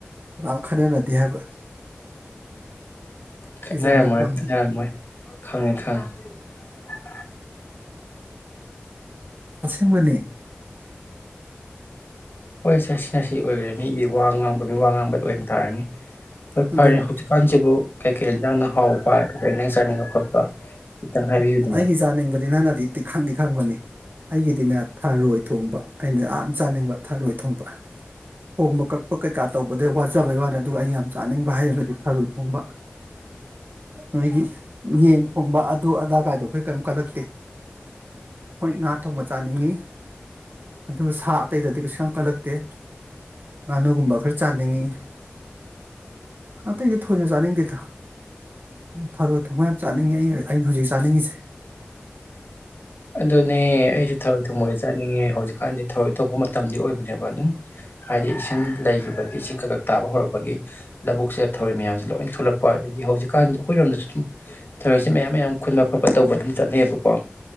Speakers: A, on the right; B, on the left.
A: ꯀꯅꯥꯝ ꯈꯟꯅꯅꯗꯦ ꯍꯥꯏꯕ
B: ꯈꯠꯅꯔꯝꯃꯣꯏ
A: ꯁꯤꯁꯦ ꯑꯉꯛꯄ ꯑꯃꯅꯤ
B: ꯈꯠꯅꯔꯝꯃꯣꯏ ꯈꯪꯉꯦ ꯈꯪꯉꯦ <unintelligible>
A: ꯑꯁꯦꯡꯕꯅꯦ
B: ꯍꯣꯏ ꯁꯤ ꯁꯤꯅ ꯁꯤ ꯑꯣꯏꯈꯔꯦ ꯃꯤꯒꯤ ꯋꯥ ꯉꯥꯡꯕ ꯃꯤ ꯋꯥ ꯉꯥꯡꯕꯗ ꯑꯣꯏꯅ ꯇꯥꯔꯅꯤ ꯍꯣꯏ
A: ꯑꯗꯨꯅꯤ
B: ꯐꯔꯦ ꯍꯧꯖꯤꯛꯀꯥꯟꯁꯤꯕꯨ ꯀꯩꯀꯩ ꯌꯦꯟꯖꯥꯡꯅ ꯍꯥꯎꯕ ꯀꯩꯀꯩ ꯏꯟꯖꯥ ꯆꯥꯅꯤꯡꯕ ꯈꯣꯠꯄ ꯈꯤꯇꯪ ꯍꯥꯏꯕꯤꯌꯨꯗꯅ
A: ꯑꯩꯒꯤ ꯆꯥ ꯅꯤꯡꯕꯗꯤ ꯅꯪꯅꯗꯤ ꯈꯪꯗꯤ ꯈꯪꯕꯅꯤ ꯑꯩꯒꯤꯗꯤꯅꯦ ꯊꯔꯣꯏ ꯊꯣꯡꯕ ꯑꯩꯅ ꯌꯥꯝ ꯆꯥꯅꯤꯡꯕ ꯊꯔꯣꯏ ꯊꯣꯡꯕ ꯊꯣꯡꯕ ꯀꯛꯄ ꯀꯩꯀꯥ ꯇꯧꯕꯗꯩ ꯋꯥꯖꯕꯩ ꯋꯥꯅꯤ ꯑꯗꯨꯒ ꯑꯩ ꯌꯥꯝ ꯆꯥꯅꯤꯡꯕ ꯍꯥꯏꯩꯔꯒꯗꯤ ꯊꯔꯣꯏ ꯊꯣꯡꯕ ꯅꯣꯏꯒꯤ ꯌꯦꯟ ꯊꯣꯡꯕ ꯑꯗꯨ ꯑꯗꯥ ꯀꯥꯏꯗꯣ ꯑꯩꯈꯣꯏ ꯀꯔꯤꯝ ꯀꯜꯂꯛꯇꯦ ꯍꯣꯏ ꯉꯥ ꯊꯣꯡꯕ ꯆꯥꯅꯤꯡꯉꯤ ꯑꯗꯨꯒ ꯁꯥ ꯑꯇꯩꯗꯗꯤ ꯀꯩꯁꯨ ꯌꯥꯝ ꯀꯜꯂꯛꯇꯦ ꯉꯥꯅꯨꯒꯨꯝꯕ ꯈꯔ ꯆꯥꯅꯤꯡꯉꯤ ꯑꯇꯩꯗꯤ ꯊꯣꯏꯅ ꯆꯥꯅꯤꯡꯗꯦꯗꯅ ꯊꯔꯣꯏ ꯊꯣꯡꯕ ꯌꯥꯝ ꯆꯥꯅꯤꯡꯉꯤ ꯑ ꯑꯩꯅ ꯍꯧꯖꯤꯛ ꯆꯥꯅꯤꯡꯉꯤꯁꯦ
B: ꯑꯗꯨꯅꯦ ꯑꯩꯁꯨ ꯊꯔꯣꯏ ꯊꯣꯡꯕ ꯑꯣꯏ ꯆꯥꯅꯤꯡꯉꯦ ꯍꯧꯖꯤꯛꯀꯥꯟꯗꯤ ꯊꯔꯣꯏ ꯇꯣꯛꯄ ꯃꯇꯝꯗꯤ ꯑꯣꯏꯕꯅꯦꯕ ꯑꯗꯨꯝ ꯍꯥꯏꯗꯤ
A: ꯎꯝ
B: ꯏꯁꯤꯡ ꯂꯩꯒꯤꯕ ꯗꯒꯤ ꯏꯁꯤꯡ ꯀꯛꯀꯛ ꯇꯥꯕ ꯍꯧꯔꯛꯄꯒꯤ ꯂꯧꯕꯨꯛꯁꯤꯗ ꯊꯧꯔꯣꯏ ꯃꯌꯥꯝꯁꯦ ꯂꯣꯏ ꯊꯣꯛꯂꯛꯄ ꯑꯗꯒꯤ ꯍꯧꯖꯤꯛꯀꯥꯟ ꯑꯩꯈꯣꯏꯔꯣꯝꯗꯁꯨ ꯑꯗꯨꯝ ꯊꯧꯔꯣꯏꯁꯦ ꯃꯌꯥꯝ ꯃꯌꯥꯝ ꯈꯨꯟꯕ ꯈꯣꯠꯄ ꯇꯧꯕ ꯑꯗꯨꯝ ꯆꯠꯅꯩꯌꯦꯕꯀꯣ